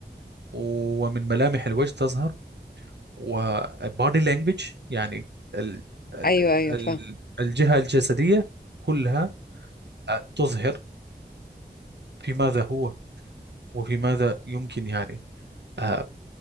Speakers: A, on the right; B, on the left.
A: ومن ملامح الوجه تظهر وبادي لانجوج يعني ال ال
B: ايوه ايوه
A: ال
B: فاهم
A: الجهة الجسدية كلها آه، تظهر في ماذا هو وفي ماذا يمكن يعني آه،